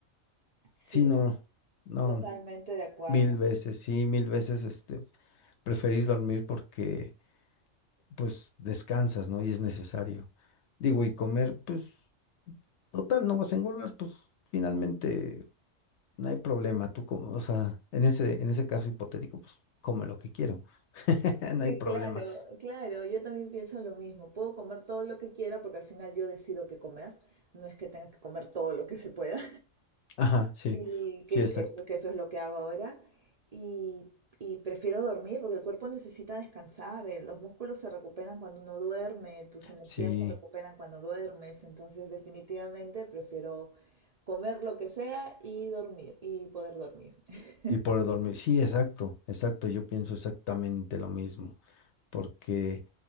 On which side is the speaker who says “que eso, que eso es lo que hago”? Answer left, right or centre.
Right